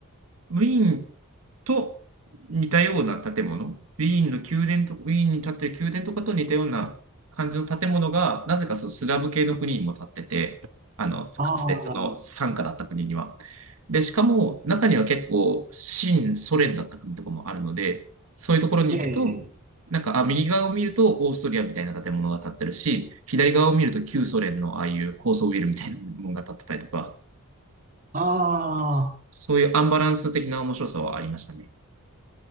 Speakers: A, on the right; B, on the right.
A: ウィーンと似たような建物、ウィーンの宮殿と、ウィーンに建ってる宮殿とかと似たような感じの建物が、なぜかそのスラブ系の国にも建ってて、あの、かつてその傘下だった国には。
B: ああ、
A: で、しかも中には結構、新ソ連だった国とかもあるので、そういうところに行くと、
B: ええ、
A: なんか、あ、右側を見るとオーストリアみたいな建物が建ってるし、左側を見ると旧ソ連のああいう高層ビルみたいなものが建ってたりとか、
B: ああ、
A: そういうアンバランス的な面白さはありましたね。